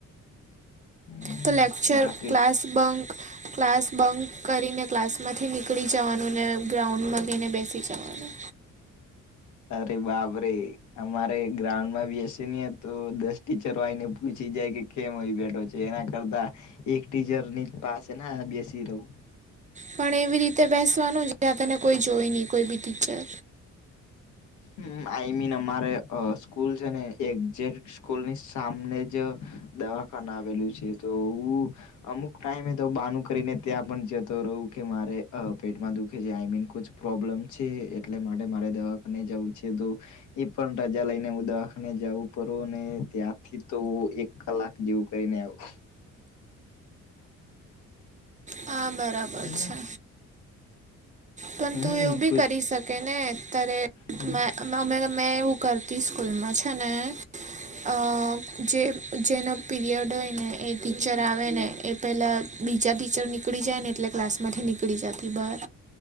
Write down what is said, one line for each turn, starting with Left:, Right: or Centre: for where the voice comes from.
Left: હમ
Right: તો લેક્ચર
Left: બાકી
Right: ક્લાસ બંક, ક્લાસ બંક કરીને ક્લાસ માંથી નીકળી જવાનું. ને ગ્રાઉન્ડ માં ગઈને બેસી જવાનું.
Left: અરે બાપ રે. અમારે ગ્રાઉન્ડ માં બેસીયેન, તો દસ ટીચરો આયી ને પૂછી જાય કે કેમ અહીં બેઠો છે? એના કરતા એક ટીચર ની પાસે ના બેસી રવુ?
Right: પણ એવી રીતે બેસવાનું જ્યા, તને કોઈ જોઈ નહી કોઈ બી ટીચર.
Left: હમ આઈ મીન અમારે અ સ્કૂલ છે ને એકજેક્ટ સ્કુલ ની સામને જ દવાખાના આવેલું છે. તો હું અમુક ટાઈમે તો બાનું કરીને ત્યાં પણ જતો રહું, કે મારે પેટમાં દુખે છે. આઈ મીન પ્રોબ્લેમ છે. એટલે માટે મારે દવાખાને જવું છે તો, એ પણ રજા લઈને હું દવાખાને જવું કરુંને અને ત્યાંથી તો કલાક જેવું કંઈ ને આવું
Right: હ આ બરાબર
Left: હમ
Right: છે. પણ
Left: હમ
Right: તું એવું બી
Left: કુછ
Right: કરી શકે ને, તારે
Left: હમ
Right: મેં અ અમે મેં એવું કરતી સ્કૂલમાં. છે ને અ જે જેનો પીરિયડ હોય ને એ ટીચર આવે ને, એ પેલા બીજા ટીચર નીકળી જાય ને એટલે ક્લાસમાંથી નીકળી જાતી બહાર.